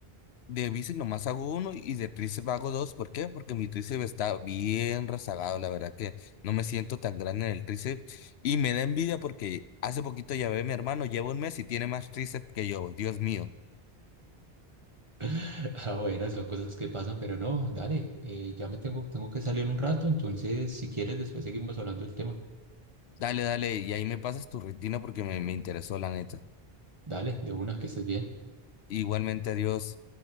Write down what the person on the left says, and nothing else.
de bici nomás hago uno y de tríceps hago dos. ¿Por qué? Porque mi tríceps está bien rezagado. La verdad que no me siento tan grande en el tríceps. Y me da envidia porque hace poquito ya ve mi hermano, lleva un mes y tiene más tríceps que yo. Dios mío.
Dale, dale. Y ahí me pasas tu rutina porque me, me interesó la neta.
Igualmente, adiós.